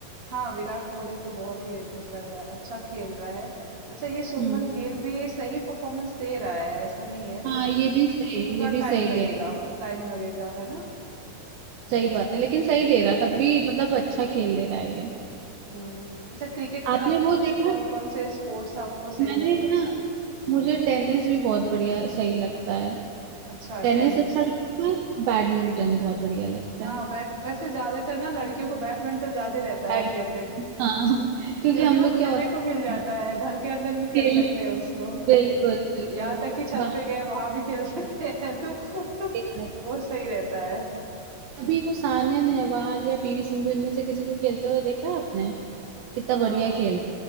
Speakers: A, on the right (about 20°); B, on the right (about 75°).
A: हाँ, विराट कोहली तो बहुत ही वो कर रहा है, अच्छा खेल रहा है। अच्छा ये शुभमन
B: हम्म
A: गिल भी सही परफॉर्मेंस दे रहा है, ऐसा नहीं है लेकिन
B: हाँ ये भी सही
A: उसको थोड़ा
B: ये भी
A: टाइम
B: सही
A: लगेगा
B: दे
A: टाइम लगेगा, है ना?
B: सही बात है लेकिन सही दे रहा है, तब भी मतलब अच्छा खेल ले रहा है ये
A: हुँ। अच्छा क्रिकेट के
B: आपने
A: अलावा
B: वो
A: और
B: देखा
A: कौन-कौन से स्पोर्ट्स आपको सही
B: मैंने
A: लग
B: ना
A: अच्छा
B: मुझे टेनिस भी बहुत बढ़िया सही लगता है
A: अच्छा
B: टेनिस
A: टेनिस।
B: अच्छा लगता है बैडमिंटन बहुत बढ़िया लगता
A: हाँ,
B: है
A: बैट वैसे ज़्यादातर ना लड़कियों को बैडमिंटन ज़्यादा रहता
B: बैड
A: है फ़ेवरेट
B: हाँ <laughs> क्योंकि
A: क्योंकि
B: हम
A: वो
B: लोग
A: खेलने
B: क्या होता
A: को
B: है
A: मिल जाता
B: ना,
A: है, घर के अंदर भी खेल
B: खेलने
A: सकते हैं उसको।
B: बिल्कुल बिल्कुल
A: यहाँ तक कि छत
B: बाहर
A: पे गए वहाँ भी खेल <laughs> सकते हैं तो <laughs>
B: देख रहे थे।
A: वो सही रहता है।
B: अभी वो सानिया नेहवाल या पीवी सिंधु इनमें से किसी को खेलते हुए देखा है आपने कितना
A: अ,
B: बढ़िया खेल